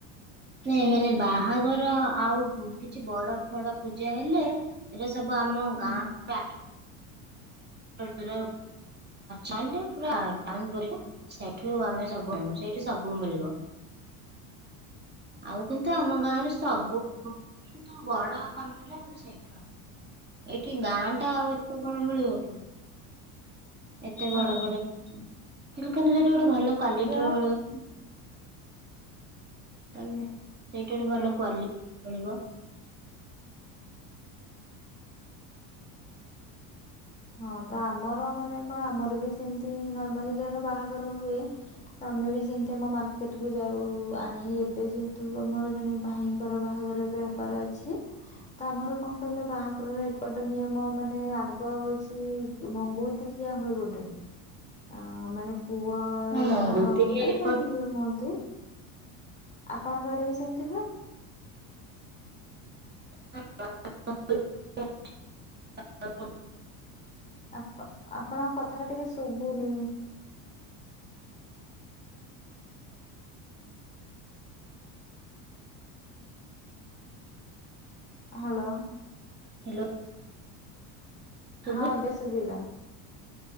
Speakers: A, on the right; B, on the left.
A: ନାଇଁ ମାନେ ବାହାଘର ଆଉ କିଛି ବଡ ବଡ ପୂଜା ହେଲେ ଏଟା ସବୁ ଆମ
B: ହୁଁ
A: ଗାଁରେ ଆଠ <unintelligible> ପୁରା ଟାଉନ ପରିକା ସେଇଠୁ ଆମେ ସବୁୁ ଆଣିବୁ, ସେଇଠୁ ସବୁ ମିଳିବ।
B: ହଁ
A: ଆଉ କିନ୍ତୁ ଆମ ଗାଁରେ ସବୁ କିନ୍ତୁ ବଡ କାମରେ ଆମେ ସେଇଠୁ ଆଣୁ। ଏଇଠି ଗାଁଟା ଆଉ ଏତେ କଣ ମିଳିବ କି। ଏତେ ବଡ
B: ହଁ
A: ବଡ, ଦୋକାନରେ ସେଠି ଗୋଟେ ଭଲ କ୍ଵାଲିଟିର
B: ଯାହା
A: ମିଳିବ ଦୋକାନରେ ସେଇଠି ଗୋଟେ
B: ହଁ
A: ଭଲ କ୍ଵାଲିଟିର ମିଳିବ
B: ହଁ ତ ଆମର ମାନେ କଣ ଆମର ବି ସେମିତି ନର୍ମାଲି ଯାହାର ବାହାଘର ହୁଏ ତମେ ବି ସେମତି ଆମ ମାର୍କେଟକୁ ଯାଉ ଆଣିଆକୁ, ଏବେ ଯେହେତୁ ଆମର ଜଣେ ଭାଇଙ୍କ ତାଙ୍କର ବାହାଘର ଏବେ ହବାର ଅଛି ତ ଆମର କଣ କହିଲ ବାହାଘରର ଏପଟ ନିୟମ ମାନେ ଆଗ ହଉଚି ସିଏ ମଙ୍ଗୁଳିତି ଖିଆ ହୁଏ ଗୋଟେ ଆ ମାନେ ପୁଅ
A: ହଁ ମଙ୍ଗୁଳି
B: ବାହା
A: ଟିକେ
B: ହୁଅନ୍ତୁ
A: ଏପଟ
B: ବା ଝିଅ ହୁଅନ୍ତି ଆପଣଙ୍କ ଆଡେ ବି ସେମିତି ହୁଏ?
A: <inaudible>
B: ଆ-ଆପ-ଆପଣଙ୍କ କଥାଟା ଟିକେ ଶୁଭୁନି? ହ୍ୟାଲୋ।
A: ହ୍ୟାଲୋ। ଶୁଭୁଛି?
B: ହଁ ଏବେ ଶୁଭିଲା।